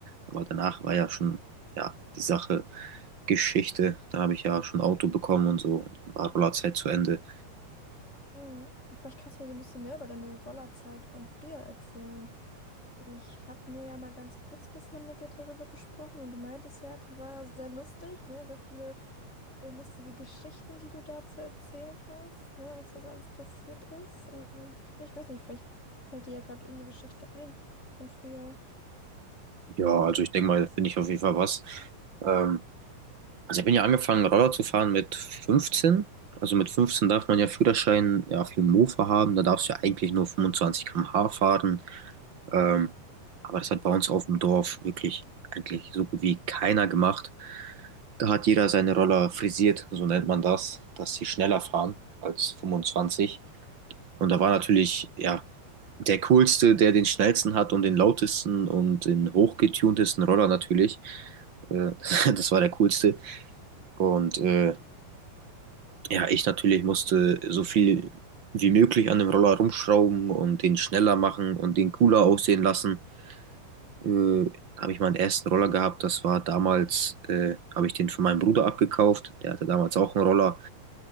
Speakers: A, on the right; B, on the left.
A: aber danach war ja schon, ja, die Sache Geschichte. Da habe ich ja schon ein Auto bekommen und so und dann war Rollerzeit zu Ende.
B: Hm. Ja, vielleicht kannst du mir so ein bisschen mehr über deine Rollerzeit von früher erzählen. Ich habe nur ja mal ganz kurz bisher mit dir darüber gesprochen und du meintest ja, die war sehr lustig, ne? Sehr viele äh, lustige Geschichten, die du da zu erzählen hast, ne? Was da so alles passiert ist. Ähm, ja, ich weiß nicht, vielleicht fällt dir ja gerade irgendeine Geschichte ein von früher.
A: Ja, also ich denke mal, da finde ich auf jeden Fall was. Ähm, Also ich bin ja angefangen, Roller zu fahren mit 15. Also mit 15 darf man ja Führerschein ja, für Mofa haben. Da darfst du ja eigentlich nur 25 km/h fahren. Ähm, aber das hat bei uns auf dem Dorf wirklich eigentlich so gut wie keiner gemacht. Da hat jeder seine Roller frisiert, so nennt man das, dass sie schneller fahren als 25. Und da war natürlich, ja, der coolste, der den schnellsten hat und den lautesten und den hochgetuntesten Roller natürlich. Äh, <laughs> das war der coolste. Und äh, Ja, ich natürlich musste so viel wie möglich an dem Roller rumschrauben und den schneller machen und den cooler aussehen lassen. Äh, da habe ich meinen ersten Roller gehabt. Das war damals, äh, habe ich den von meinem Bruder abgekauft. Der hatte damals auch einen Roller.